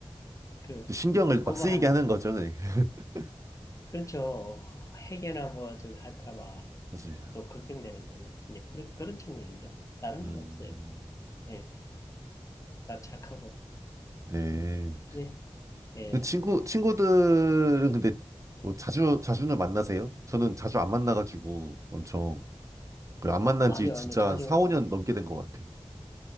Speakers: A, on the left (about 30°); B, on the right (about 30°).
A: 그
B: 신경을
A: 그거
B: 막 쓰이게
A: 하나.
B: 하는 거죠. 네. <laughs>
A: 그렇죠. 해계나 뭐, 저기 할까봐
B: 맞아요.
A: 또 걱정되는 거죠. 이제 그런, 그런 측면이죠. 다른
B: 음,
A: 건 없어요. 예, 다 착하고.
B: 네.
A: 네, 예.
B: 근데 친구 친구들은 근데 뭐 자주 자주는 만나세요? 저는 자주 안 만나가지고 엄청 그안 만난
A: 아니요,
B: 지 진짜
A: 아니요. 자주,
B: 한 4, 5년 넘게 된 것 같아요.